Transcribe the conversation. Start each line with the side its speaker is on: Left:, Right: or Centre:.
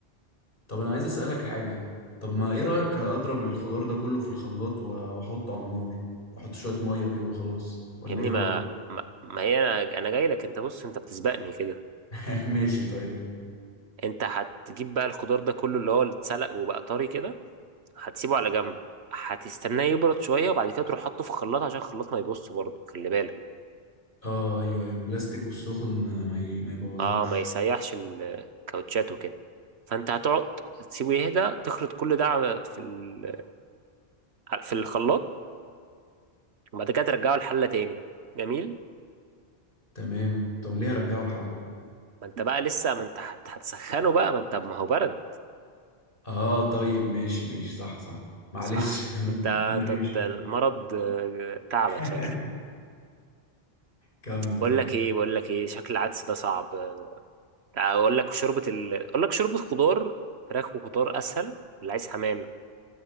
Left: طب انا عايز اسالك حاجه طب ما ايه رايك اضرب الخضار ده كله في الخلاط و- واحطه على النار واحط شويه ميه كده وخلاص ولا
Right: يا ابني
Left: ايه رايك
Right: ما ما, ما هي انا انا جاي لك انت بص انت بتسبقني كده
Left: <laughs> ماشي طيب
Right: انت هتجيب بقى الخضار ده كله اللي هو اللي اتسلق وبقى طري كده هتسيبه على جنب هتستناه يبرد شويه وبعد كده تروح حاطه في الخلاط عشان الخلاط ما يبص برضه خلي بالك
Left: اه ايوه ايوه البلاستيك والسخن ما ي- ما يبوظهوش
Right: اه ما يسيحش الكاوتشات وكده فانت هتقعد تسيبه يهدى تخلط كل ده على- في ال... في الخلاط وبعد كده ترجعه الحله تاني جميل
Left: تمام طب ليه رجعوا الحل
Right: ما انت بقى لسه ما انت هت... هتسخنه بقى ما انت ما هو برد
Left: اه طيب ماشي ماشي صح صح معلش
Right: صح
Left: <laughs> انا
Right: انت أنت-
Left: دماغي
Right: أنت
Left: مش
Right: المرض آه، تعبك
Left: <laughs>
Right: شكله
Left: كمل
Right: بقول
Left: طيب
Right: لك ايه بقول لك ايه شكل العدس ده صعب اقول لك شوربه ال... اقول لك شوربه خضار فراخ وخضار اسهل اللي عايز حمام